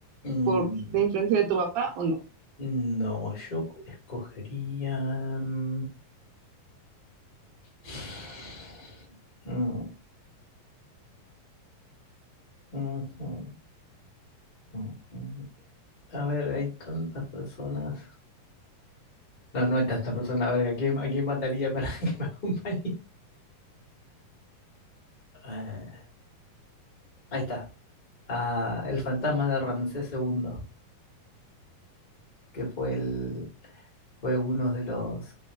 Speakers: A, on the left; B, on the right.
A: Mm,
B: por la influencia de tu papá o no.
A: No, yo co- escogería... mm, <sighs> mm, ujú, mm, mm. A ver, hay tantas personas. No, no hay tantas personas. A ver, ¿a quién, a quién mataría para <laughs> que me acompañe? Eh, ahí está. Ah, el fantasma de Ramsés II, que fue el, fue uno de los